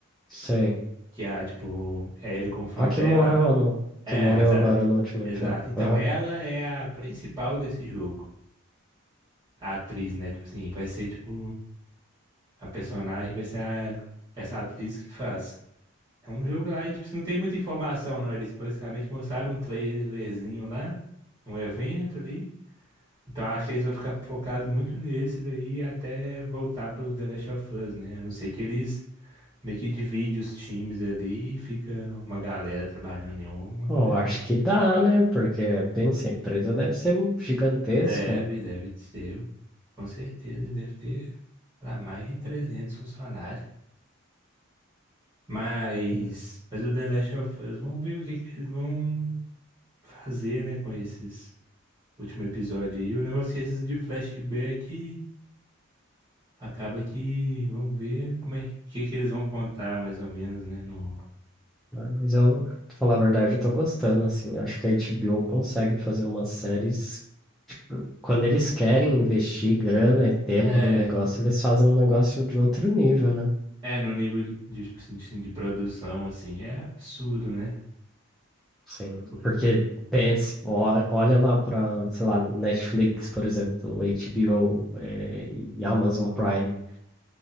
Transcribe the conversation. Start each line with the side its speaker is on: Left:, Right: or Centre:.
Centre: Sei.
Right: que é a, tipo, aí ele confronta
Centre: A que
Right: ela,
Centre: morreu
Right: né?
Centre: ou não?
Right: É,
Centre: Que morreu
Right: exato.
Centre: agora no último
Right: Exato.
Centre: EP.
Right: Então,
Centre: Aham.
Right: ela é a principal desse jogo. A atriz, né? Tipo assim, vai ser, tipo, a personagem vai ser a- essa atriz que faz. É um jogo lá, e, tipo, não tem muita informação, não. Eles basicamente mostraram um trailerzinho lá, um evento ali. Então acho que eles vão ficar focados muito nesse daí até voltar pro The Last of Us, né? A não ser que eles meio que dividem os times ali e fica uma galera trabalhando em um, uma galera
Centre: Eu acho
Right: no...
Centre: que dá, né? Porque, pensa, a empresa deve ser gigantesca.
Right: Deve, deve ser. Com certeza, ele deve ter para mais de 300 funcionários. Mas,
Centre: Hum.
Right: mas o The Last of Us, vamos ver o que, que eles vão fazer, né, com esses último episódio aí. O negócio é que esses de flashback Acaba que vamos ver como é o que que eles vão contar mais ou menos, né? No
Centre: Mas eu, pra falar a verdade, eu tô gostando, assim. Acho que a HBO consegue fazer umas séries Quando eles querem investir grana e tempo
Right: é,
Centre: no negócio, eles fazem um negócio de outro nível, né?
Right: é no nível de, de, tipo assim, de, de produção assim é absurdo, né?
Centre: Sim.
Right: Pô,
Centre: Porque
Right: Não,
Centre: pense, ó- olha lá para, sei lá, Netflix, por exemplo, HBO, eh, e Amazon Prime.